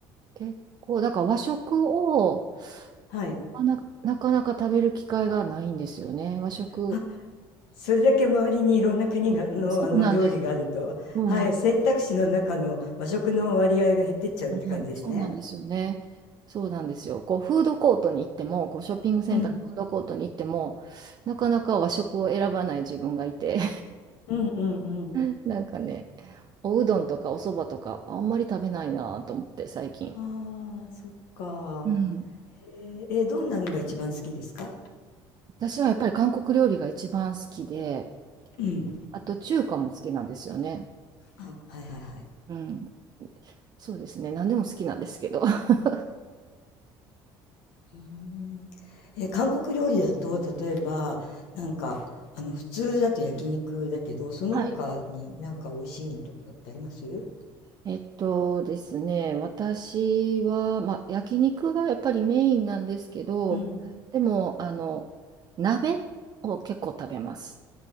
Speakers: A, on the right; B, on the left.
A: 結構、だから和食を
B: はい。
A: あな、なかなか食べる機会がないんですよね。和食。
B: あ、それだけ周りにいろんな国がの、
A: そうなんです。
B: あの料理があると、
A: そうなん、
B: はい、選択肢の中の和食の割合が減ってっちゃうって感じですね。
A: うん、そうなんですよね。そうなんですよ。こうフードコートに行っても、こうショッピングセンターのフードコートに行っても、
B: うん。
A: なかなか和食を選ばない自分がいて、
B: うんうんうん。
A: <laughs> なんかね、おうどんとかおそばとかあんまり食べないなと思って最近。
B: ああ、そっか。
A: うん。
B: へえ、え、どんなのが一番好きですか
A: 私はやっぱり韓国料理が一番好きで、
B: うん。
A: あと中華も好きなんですよね。
B: あ、はいはいはい。
A: うん。そうですね。何でも好きなんですけど。<laughs>
B: うーん。え、韓国料理だと、例えば、なんか、あの、普通だと焼肉だけど、その他になんか美味しいのとかってあります
A: はい。えっとですね、私は、まあ、焼肉がやっぱりメインなんですけど、
B: うん。
A: でも、あの、鍋を結構食べます。